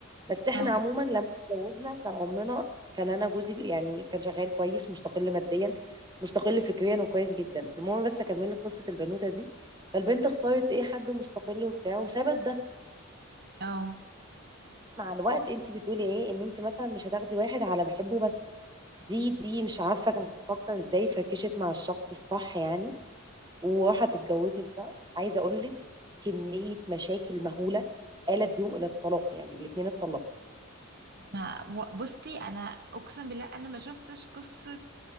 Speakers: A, on the right (about 20°); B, on the right (about 50°).
A: بس احنا
B: اه
A: عموما لما اتجوزنا كان عمنا كان انا جوزي يعني كان شغال كويس مستقل ماديا مستقل فكريا وكويس جدا المهم بس اكمل لك قصه البنوته دي فالبنت اختارت ايه حد مستقل وبتاع وثبت ده
B: اه
A: مع الوقت انت بتقولي ايه ان انت مثلا مش هتاخدي واحد على بحبه بس دي دي مش عارفه كانت بتفكر ازاي فركشت مع الشخص الصح يعني وراحت اتجوزت ده عايزه اقول لك كميه مشاكل مهوله آلت بيهم الى الطلاق يعني الاثنين اتطلقوا
B: ما و- بصي انا اقسم بالله انا ما شفتش قصة